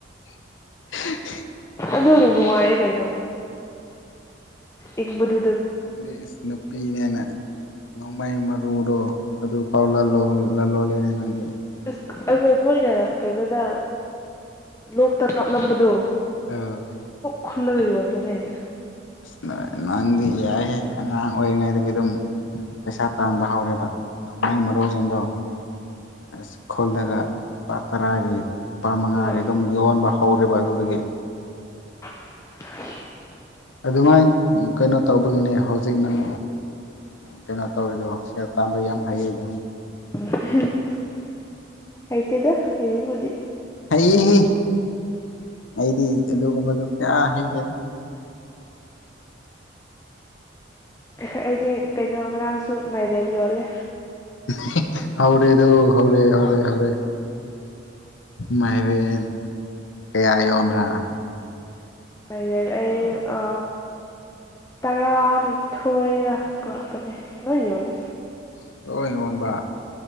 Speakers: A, on the left (about 85°); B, on the left (about 15°).
A: <unintelligible>
B: ꯑꯗꯨꯗ ꯅꯨꯡꯉꯥꯏꯌꯦꯦ ꯀꯩꯅꯣ ꯏꯪꯕꯗꯨ
A: ꯅꯪꯒꯤ ꯏꯁ ꯅꯨꯄꯤꯅꯦꯅ ꯅꯣꯡꯃꯩ ꯃꯔꯨꯗꯣ ꯑꯗꯨ ꯐꯥꯎ ꯂꯜꯂꯣ ꯂꯜꯂꯣ ꯂꯩꯔꯦ ꯅꯪꯗꯤ
B: ꯑꯁ ꯑꯣ ꯅꯣꯏꯅ ꯀꯩꯅꯣꯗ ꯂꯣꯛꯇ ꯀꯥꯞꯂꯝꯕꯗꯣ
A: ꯑ
B: ꯈꯨꯂꯒ ꯌꯕꯅꯦꯒ
A: ꯑꯁ ꯅꯪꯗꯤ ꯌꯥꯏꯍꯦ ꯑꯉꯥꯡ ꯑꯣꯏꯔꯤꯉꯩꯗꯒꯤ ꯑꯗꯨꯝ ꯄꯩꯁꯥ ꯇꯥꯟꯕ ꯍꯧꯔꯦꯕ ꯅꯣꯡꯃꯒꯤ ꯃꯔꯨꯁꯤꯡꯗꯣ ꯑꯁ ꯈꯣꯜꯒ ꯄꯥ ꯇꯔꯒꯦ ꯂꯄꯥ ꯃꯉꯥꯒꯤ
B: ꯑꯥ ꯑꯃꯨꯛ
A: ꯑꯗꯨꯝ ꯌꯣꯟꯕ ꯍꯧꯔꯦꯕ ꯑꯗꯨꯗꯒꯤ
B: <inaudible>
A: ꯑꯗꯨꯃꯥꯏꯅ ꯀꯩꯅꯣ ꯇꯧꯕꯒꯤꯅꯦ ꯍꯧꯖꯤꯛ ꯅꯪ ꯀꯩꯅꯣ ꯇꯧꯔꯤꯗꯣ ꯁ ꯇ ꯑꯃ ꯍꯌꯦꯗ
B: <inaudible> ꯍꯥꯏꯇꯗ ꯍꯕꯨꯗꯤ
A: ꯍꯩ ꯑꯩꯗꯤ ꯑꯗꯨꯒꯨꯝꯕꯗꯣ ꯀꯌꯥ ꯍꯩꯔꯦꯅꯣ
B: ꯑꯩꯗꯤ ꯀꯩꯅꯣ ꯉꯔꯥꯡꯁꯨ ꯃꯥꯏꯔꯦꯟ ꯌꯣꯜꯂꯦ
A: <inaudible> ꯍꯧꯥꯎꯔꯦꯗꯣ ꯍꯧꯔꯦ ꯍꯧꯔꯦ ꯍꯧꯔꯦ ꯃꯥꯏꯔꯦꯟ ꯀꯌꯥꯌꯣꯕ꯭ꯔꯥꯅ
B: ꯃ ꯑꯩ ꯑ ꯇꯔꯥꯅꯤꯊꯣꯏꯒ ꯄꯨꯔꯛꯄꯅꯦ ꯂꯣꯏ ꯌꯣꯜꯂꯦ
A: ꯑꯁ ꯂꯣꯏ ꯌꯣꯟꯕ